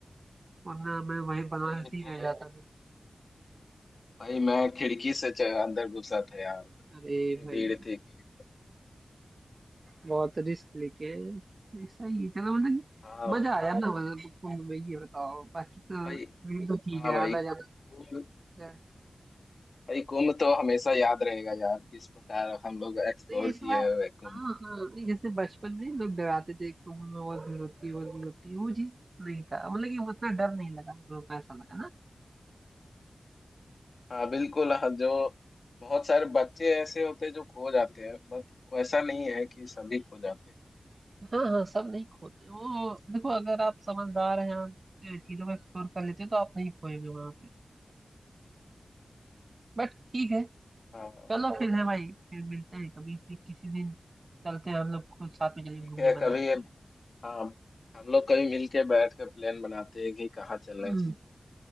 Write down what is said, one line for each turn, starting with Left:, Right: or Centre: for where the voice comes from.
Right: वरना मैं वहीं बनारस
Left: भाई लिटरली
Right: ही रह जाता फिर
Left: भाई मैं खिड़की से च- अंदर घुसा था यार
Right: अरे
Left: इतनी
Right: भाई
Left: भीड़ थी कि
Right: बहुत रिस्क लेके ऐसा ही है। चलो मतलब कि
Left: हाँ
Right: मजा आया ना मतलब कुंभ में ये बताओ बाकी तो
Left: भाई
Right: ट्रेन तो ठीक
Left: हाँ
Right: है
Left: भाई
Right: आना जाना
Left: कुंभ
Right: होता है
Left: भाई कुंभ तो हमेशा याद रहेगा यार किस प्रकार हम लोग एक्सप्लोर
Right: नहीं ऐसा
Left: किए हुए कुंभ
Right: हाँ हाँ नहीं जैसे बचपन में लोग डराते थे कुंभ में बहुत भीड़ होती है बहुत भीड़ होती है वो चीज नहीं था मतलब कि उतना डर नहीं लगा जो पैसा लगा
Left: हाँ बिल्कुल हाँ, जो बहुत सारे बच्चे ऐसे होते हैं जो खो जाते हैं बट वैसा नहीं है कि सभी खो जाते हैं
Right: हाँ हाँ सब नहीं खोते वो देखो अगर आप समझदार हैं आप ए, चीजों को एक्सप्लोर कर लेते हो तो आप नहीं खोएंगे वहां पे बट ठीक है
Left: हाँ
Right: चलो फिर है भाई फिर मिलते हैं कभी फिर किसी दिन चलते हैं हम लोग खुद साथ में चलेंगे
Left: ठीक
Right: घूमने
Left: है
Right: बनारस
Left: कभी हाँ हम लोग कभी मिलके बैठ कर प्लान बनाते हैं कि कहाँ चलना
Right: हम्म,
Left: चाहिए